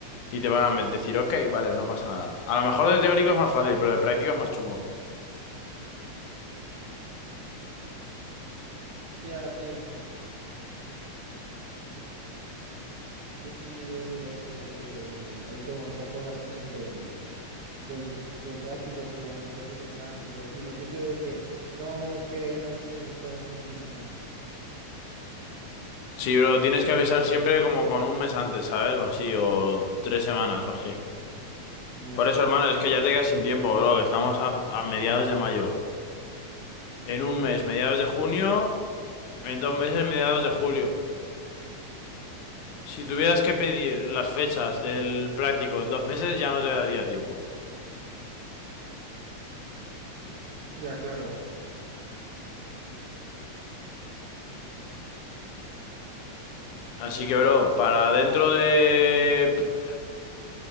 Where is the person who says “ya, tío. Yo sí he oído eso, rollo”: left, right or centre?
Right